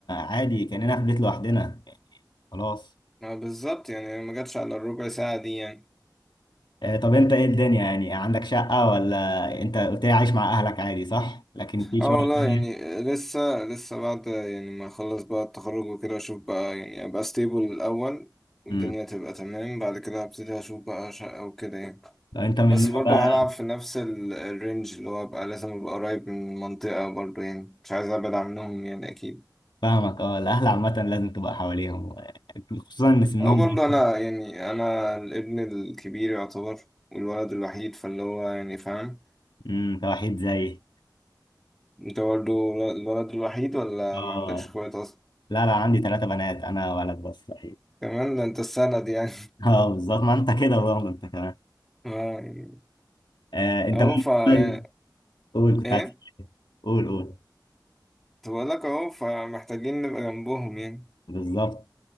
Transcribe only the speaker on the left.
عادي كاننا في بيت لوحدنا خلاص
آه، طب انت ايه الدنيا يعني عندك شقه ولا انت قلت لي عايش مع اهلك عادي صح لكن في
شقه
تانية
امم
لو انت من
النوع
بقى
فاهمك اه الاهل عامه لازم تبقى حواليهم خصوصا ان سنهم
امم انت وحيد زيي
اه
لا لا عندي ثلاثه بنات انا ولد بس صحيح
<laughs> اه بالظبط ما انت كده برضه انت كمان
آه انت
بقى
قول كنت
عايز قول قول
بالظبط